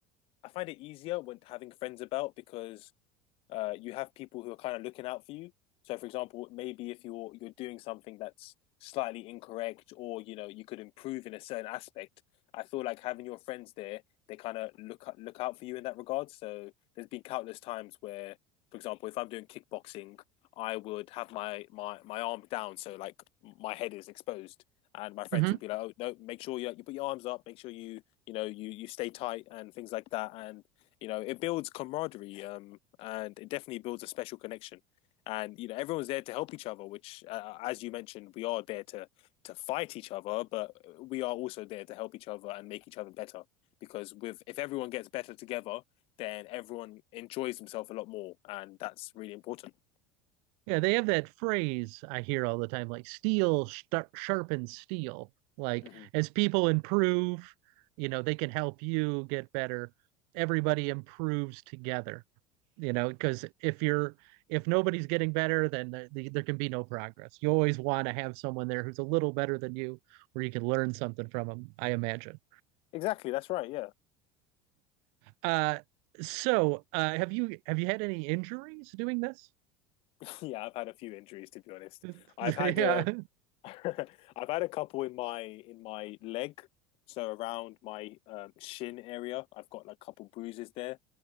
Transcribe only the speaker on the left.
I find it easier when having friends about because uh, you have people who are kind of looking out for you. So, for example, maybe if you're you're doing something that's slightly incorrect, or you know you could improve in a certain aspect, I feel like having your friends there, they kind of look look out for you in that regard. So, there's been countless times where, for example, if I'm doing kickboxing, I would have my my my arm down, so like my head is exposed, and my friends
would be like, "Oh no, make sure you you put your arms up, make sure you you know you you stay tight and things like that." And you know, it builds camaraderie um, and it definitely builds a special connection. And you know, everyone's there to help each other, which, uh, as you mentioned, we are there to to fight each other, but we are also there to help each other and make each other better. Because with if everyone gets better together, then everyone enjoys themselves a lot more, and that's really important.
Mm-hmm.
Exactly, that's right. Yeah,
<laughs> yeah. I've had a few injuries to be honest.
I've had
um, <laughs> I've had a couple in my in my leg, so around my um, shin area. I've got like a couple bruises there.